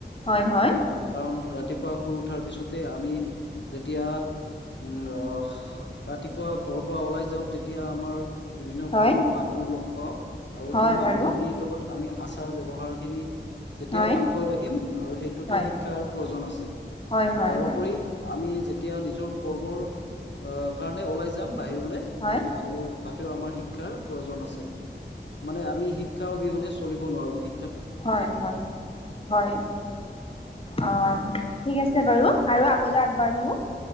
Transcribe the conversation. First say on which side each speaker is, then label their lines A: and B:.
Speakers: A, on the left; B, on the left.
A: হয়, হয়,
B: আহ কাৰণ ৰাতিপুৱা শুই উঠাৰ পিছতে আমি যেতিয়া উম অহ ৰাতিপুৱা ঘৰৰ পৰা ওলাই যাওঁ তেতিয়া আমাৰ বিভিন্ন
A: হয়,
B: ধৰণৰ মানুহ লগ পাওঁ আৰু
A: হয়
B: সেই মানুহখিনিৰ
A: বাৰু
B: লগত আমি আচাৰ ব্যৱহাৰ খিনি যেতিয়াই
A: হয়।
B: ভালকৈ ৰাখিম আৰু সেইটোতো
A: হয়,
B: শিক্ষাৰ
A: হয়,
B: প্ৰয়োজন আছে।
A: হয়, হয়,
B: তাৰোপৰি
A: হয়,
B: আমি যেতিয়া নিজৰ কৰ্মৰ কাৰণে ওলাই যাম বাহিৰলে
A: হয়,
B: আৰু তাতেও আমাৰ শিক্ষাৰ প্ৰয়োজন আছে। মানে আমি শিক্ষা অবিহনে চলিব নোৱাৰো। শি
A: হয় হয়, হয়। অ, ঠিক আছে বাৰু আৰু আগলৈ আগবাঢ়ো।